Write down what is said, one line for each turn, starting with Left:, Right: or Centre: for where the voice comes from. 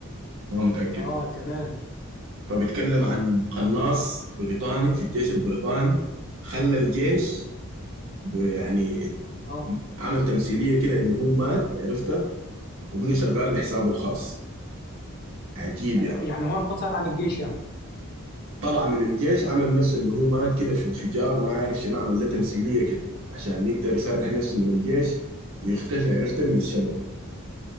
Right: ما متاكد
Left: اه تمام
Right: فبيتكلم عن قناص بريطاني في الجيش البريطاني خلى الجيش ب- يعني
Left: اه
Right: عمل تمثيليه كده انه هو مات عرفت وبقى شغال لحسابه الخاص عجيب
Left: يعني
Right: يعني
Left: يعني هو انفصل عن الجيش
Right: طلع من الجيش عمل نفسه انه هو مات كده في انفجار ما عارف شنو عمل له تمثيليه كده عشان يقدر يسرح نفسه من الجيش ويختفي عرفته من الشبكه